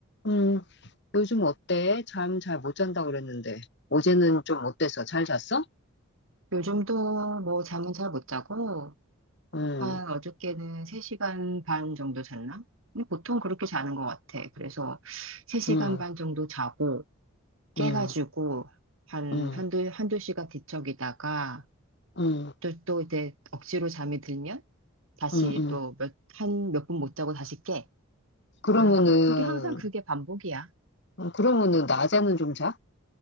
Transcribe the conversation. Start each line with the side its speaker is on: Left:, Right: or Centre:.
Left: 음, 요즘 어때? 잠 잘 못 잔다 그랬는데. 어제는 좀 어때서? 잘 잤어?
Right: 요즘도 뭐 잠은 잘 못 자고,
Left: 음,
Right: 한 어저께는 3시간 반 정도 잤나? 근데 보통 그렇게 자는 것 같아. 그래서 3시간
Left: 음,
Right: 반 정도 자고, 깨가지고,
Left: 음,
Right: 한,
Left: 음,
Right: 한두, 한두 시간 뒤척이다가,
Left: 음,
Right: 또, 또 이제 억지로 잠이 들면, 다시
Left: 음, 음.
Right: 또 몇, 한 몇 분 못 자고 다시 깨.
Left: 그러면은,
Right: 그래가지고 그게 항상 그게 반복이야.
Left: 음, 그러면은 낮에는 좀 자?